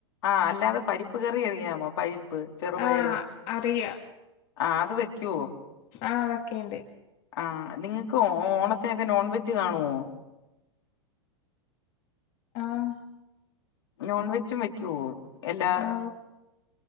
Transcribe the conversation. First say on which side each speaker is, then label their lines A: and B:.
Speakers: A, on the left; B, on the left.
A: ആഹ അല്ലാതെ പരിപ്പ് കറി അറിയാമോ? പരി പ്പ് ചെറുപയറ്
B: ആഹ് അറിയ
A: ആ അത് വെക്കുവോ?
B: ആഹ് വെക്കേണ്ട്
A: ആഹ നിങ്ങക്ക് ഓണത്തിനൊക്കെ നോൺ വെജ് കാണുവോ?
B: ആഹ
A: നോൺ വെജും വെക്കുവോ എല്ലാ
B: ആഹ്